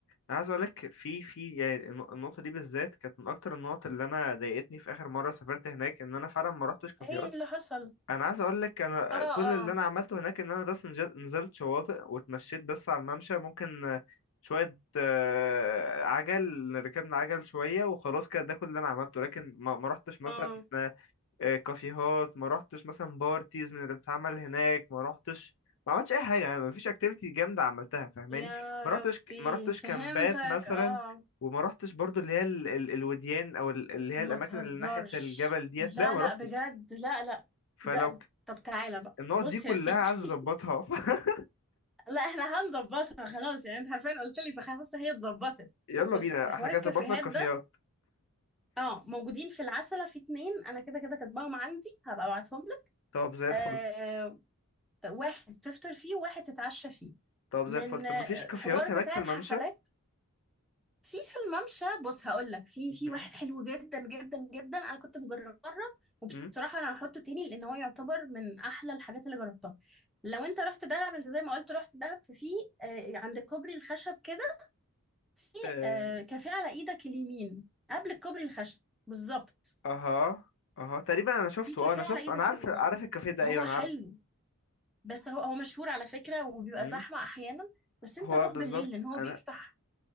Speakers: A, on the left; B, in the centre.
A: انا عايز اقول لك في في يعني الن- النقطه دي بالذات كانت من اكتر النقط اللي انا ضايقتني في اخر مره سافرت هناك ان انا فعلا ما رحتش كافيهات
B: ايه اللي حصل
A: انا عايز اقول لك انا
B: اه
A: كل
B: اه
A: اللي انا عملته هناك ان انا بس نج- نزلت شواطئ واتمشيت بس على الممشى ممكن آه، شويه آه، عجل ركبنا عجل شويه وخلاص كده ده كل اللي انا عملته لكن ما ما رحتش مثلا
B: اه
A: آه، كافيهات ما رحتش مثلا بارتيز من اللي بتتعمل هناك ما رحتش ما عملتش اي حاجه يعني ما فيش اكتيفيتي جامده عملتها فاهماني
B: يا
A: ما
B: ربي
A: رحتش ما رحتش
B: فهمتك
A: كامبات مثلا
B: اه
A: وما رحتش برضو اللي هي ال... ال... الوديان او ال... اللي هي
B: ما
A: الاماكن
B: تهزرش
A: اللي ناحيه الجبل ديت
B: لا
A: لا ما
B: لا
A: رحتش
B: بجد لا لا
A: فلو
B: ده
A: ك-
B: طب تعالى بقى
A: النقط
B: بص
A: دي كلها
B: يا سيدي
A: عايز اظبطها
B: <laughs>
A: <laughs>
B: لا احنا هنظبطها خلاص يعني انت عارفين قلت لي فخلاص هي اتظبطت
A: يلا
B: بص
A: بينا
B: في حوار
A: احنا كده
B: الكافيهات
A: ظبطنا الكافيهات
B: ده اه موجودين في العسلة في اتنين انا كده كده كاتباهم عندي هبقى ابعتهم لك
A: طب زي الفل
B: آه آه، واحد تفطر فيه وواحد تتعشى فيه
A: طب
B: من
A: زي الفل طب
B: آه،
A: ما فيش كافيهات
B: حوار بتاع
A: هناك في
B: الحفلات
A: الممشى
B: في في الممشى بص هقول لك في في
A: مم،
B: واحد حلو جدا جدا جدا انا كنت مجربه مره وبصراحه
A: مم،
B: انا هحطه تاني لان هو يعتبر من احلى الحاجات اللي جربتها لو انت رحت دهب انت زي ما قلت رحت دهب ففي آه عند كوبري الخشب كده في
A: مم.
B: آه كافيه على ايدك اليمين قبل الكوبري الخشب بالظبط
A: اها اها تقريبا انا شفته
B: في كافيه
A: اه انا شفته
B: على ايدك
A: انا عارف
B: اليمين
A: عارف الكافيه ده ايوه
B: هو
A: انا
B: حلو
A: عارفه
B: بس هو هو مشهور على فكره وبيبقى
A: امم
B: زحمه احيانا بس انت
A: هو
B: روح
A: بالظبط
B: بالليل لان هو
A: انا
B: بيفتح